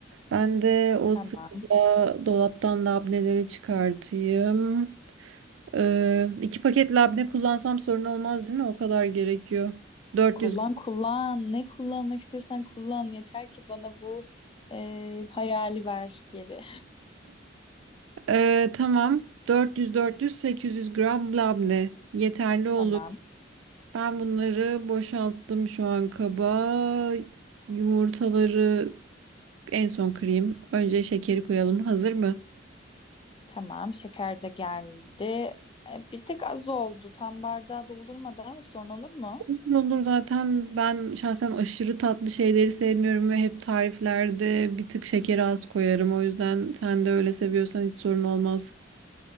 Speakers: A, on the right; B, on the left.
A: Ben de o
B: Tamam.
A: sırada dolaptan labneleri çıkartayım. Ee, iki paket labne kullansam sorun olmaz değil mi? O kadar gerekiyor. 400
B: Kullan kullan. Ne kullanmak istiyorsan kullan. Yeter ki bana bu e, hayali ver geri.
A: Ee, tamam. 400 400 800 gram labne yeterli
B: <laughs>
A: olur.
B: Tamam.
A: Ben bunları boşalttım şu an kaba. Yumurtaları En son kırayım. Önce şekeri koyalım. Hazır mı?
B: Tamam. Şeker de geldi. E, bir tık az oldu. Tam bardağı doldurmadı ama sorun olur mu?
A: Olur olur zaten ben şahsen aşırı tatlı şeyleri sevmiyorum ve hep tariflerde bir tık şekeri az koyarım. O yüzden sen de öyle seviyorsan hiç sorun olmaz.